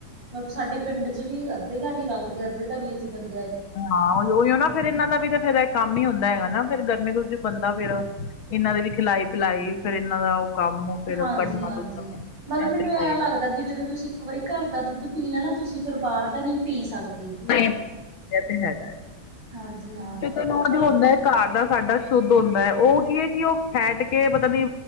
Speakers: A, on the right; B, on the left.
A: ਮਤਲਬ ਸਾਡੇ ਪਿੰਡ ਚ ਵੀ ਅੱਧੇ ਘਰ ਹੀ ਰੱਖਦੇ ਅੱਧੇ ਤਾਂ ਵੇਚ ਦਿੰਦੇ ਆ।
B: ਹਾਂ ਉਹੀਓ ਨਾਂ ਫਿਰ ਇਨਾਂ ਦਾ ਵੀ ਤਾਂ ਫੇਰ ਕੰਮ ਹੀ ਹੁੰਦਾ ਹੈਗਾ ਨਾਂ ਫਿਰ ਗਰਮੀ-ਗੁਰਮੀ ਚ ਬੰਦਾ ਫਿਰ ਇਨਾਂ ਦੀ ਵੀ ਖਿਲਾਈ-ਪਿਲਾਈ ਫਿਰ ਇਹਨਾਂ ਦਾ ਉਹ ਕੰਮ ਫੇਰ
A: ਹਾਂਜੀ-ਹਾਂਜੀ
B: ਕੱਢਣਾ ਕੁਢਣਾ
A: ਮਤਲਬ
B: ਇਹ
A: ਮੈਨੂੰ
B: ਤੇ
A: ਐ
B: ਹੈ ਹੀ।
A: ਲੱਗਦਾ
B: ਆ।
A: ਵੀ ਜਦੋਂ ਤੁਸੀਂ ਇੱਕ ਵਾਰੀ ਕਾਰ ਦਾ ਦੁੱਧ ਪੀ ਲਿਆ ਤੁਸੀਂ ਫੇਰ ਬਾਰ ਦਾ ਨੀ ਪੀ ਸਕਦੇ।
B: ਮੈਂ ਐ ਤੇ ਹੈਗਾ ਏ।
A: ਹਾਂਜੀ ਹਾਂ।
B: ਜੇ ਕੋਈ ਨੋਜ
A: ਮਤਲਬ
B: ਹੁੰਦਾ ਕਾਰ ਦਾ ਸਾਡਾ ਸ਼ੁੱਧ ਹੁੰਦਾ ਉਹ ਕੀ ਐ ਕਿ ਓ ਫੈਟ ਕੇ ਪਤਾ ਨੀ